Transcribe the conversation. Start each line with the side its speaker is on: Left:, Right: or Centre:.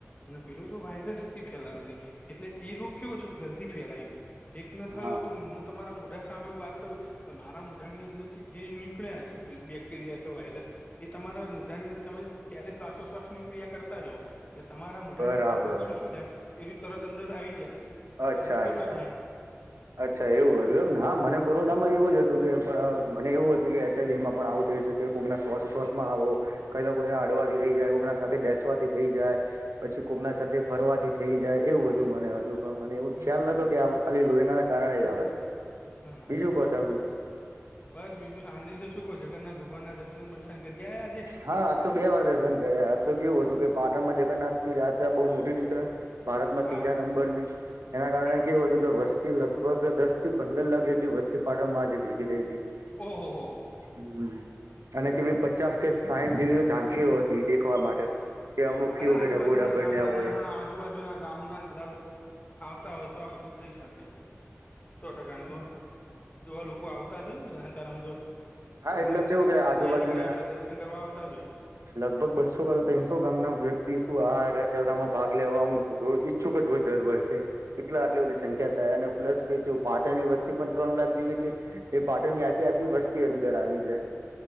Left: અને, પેલું તો વાયરસ થી ફેલાતી હતી એટલે એ રોગ કેવો છે કે જલ્દી ફેલાય, એક ન થયો
Right: હા
Left: હો તો હું તમારા મોઢા સામે વાત કરું, મારા મોઢાની અંદર થી જે નીકળ્યા બેક્ટેરિયા કે વાયરસ, એ તમારા મુઢાની અંદર તમે ત્યારે શ્વાસોશ્વાસ ની ક્રિયા કરતા જો, એટલે તમારા મોઢાની
Right: બરાબર
Left: અંદર પાછું શું થાય એ રી તરત અંદર આવી જાય
Right: અચ્છા
Left: તમને પેલું
Right: અચ્છા
Left: થાય,
Right: અચ્છા એવું હતું એમ ને હા મને કોરોનામાં
Left: હમ
Right: એવું જ હ તું કે પ મને એવું હતું કે એચ આઈ વીમાં પણ આવું થઈ શકે કોઈકના શ્વાસો શ્વાસમાં આવો કઈ ના કોઈને હડવાથી થઈ જાય, કોકના સાથે બેસવાથી થઈ જાય. પછી કોકના સાથે ફરવાથી થઈ જાય એવું બધું મને હતું. પણ મને એવું
Left: હમ
Right: ખ્યાલ નતો કે આવો ખાલી લોઇના કારણે જ આવે
Left: ના ના
Right: બીજું
Left: ના
Right: કો
Left: સો
Right: તમે,
Left: ટકા બસ બીજું શાંતિ છે શું કો જગન્નાથ ભગવાન ના દર્શન બર્શન કરકે આયા આજે,
Right: હા આજતો બે વાર દર્શન કર્યા, તો કેવું હતું કે પાટણમાં જગન્નાથ ની યાત્રા બહુ મોટી નીકળે, ભારતમાં
Left: હા
Right: તીજા નંબર ની, એના
Left: હા
Right: કારણે કેવું હતું કે વસ્ તી લગભગ દસથી પંદર લાખ જેટલી વસ્તી પાટણમાં આજે ભેગી થઈ તી
Left: ઓ હો હો
Right: હં અને કેવી પચાસ કે સાઇઠ જેવી ઝાંખીઓ હતી દેખવા માટે કે અમુક કેવું
Left: એલે આજુબાજુ
Right: કે ઢગોડા
Left: ના
Right: બન્યા
Left: ગામડાના
Right: હોય
Left: હાં આજુબા જુના ગામના ન બધા લોકો આવતા હોય તો આ બધું થઈ શકે એમ સો ટકા ન વો જોવા લોકો આવતા જ હોય ને બધા હતારામાં જો
Right: હા
Left: વનના
Right: એટલે
Left: નગરચર્યા
Right: કેવું કે આજુબાજુના
Left: એ નીકળ્યા હોય એટલે દર્શન કરવા આવતા જ હોય
Right: લગભગ બસો કાં તો તઈનસો ગામના વ્યક્તિ શું આ રથયાત્રામાં ભાગ લેવામ રોજ ઈચ્છુક જ હોય દર વર્ષે એટલે આટલી બધી સંખ્યા થાય અને પ્લસ કે જો પાટણની વસ્તી પણ ત્રણ લાખ જેવી છે એ પાટણની આખી આખી વસ્તી અંદર આવી જાય